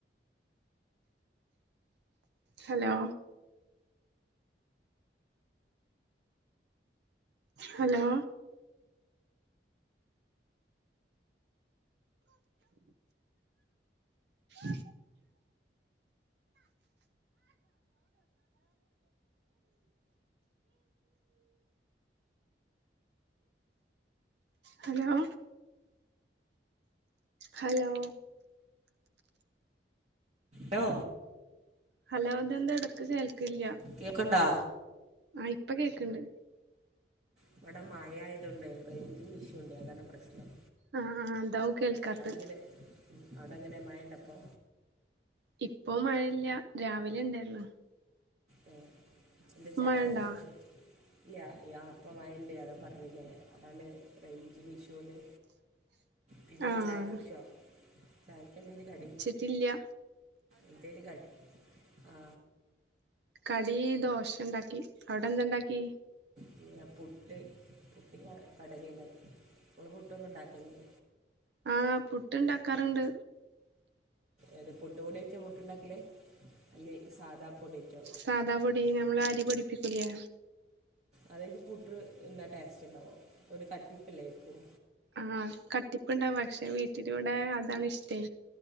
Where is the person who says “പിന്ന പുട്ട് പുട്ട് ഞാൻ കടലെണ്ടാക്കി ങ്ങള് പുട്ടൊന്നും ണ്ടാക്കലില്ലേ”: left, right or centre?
Right